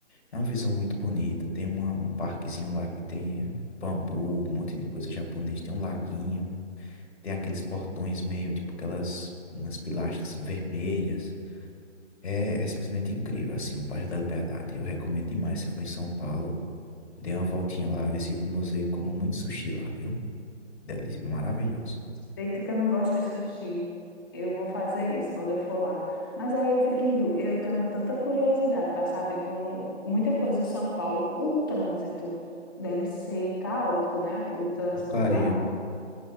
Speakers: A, on the left (about 60°); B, on the left (about 20°).
A: é uma visão muito bonita. Tem uma, um parquezinho lá que tem bambu, um monte de coisa japonês. Tem um laguinho, tem aqueles portões meio tipo aquelas umas pilastras vermelhas. É, é simplesmente incrível, assim, o bairro da Liberdade. Eu recomendo demais. Se você for em São Paulo, dê uma voltinha lá, visite o museu e coma muito sushi lá, viu? Delícia, é maravilhoso.
B: Eita, que eu não gosto de sushi. Eu vou fazer isso quando eu for lá. Mas aí eu fico em dú- Eu tenho tanta curiosidade para saber como muita coisa em São Paulo. O trânsito deve ser caótico, né? O trânsito
A: Porcaria.
B: de lá.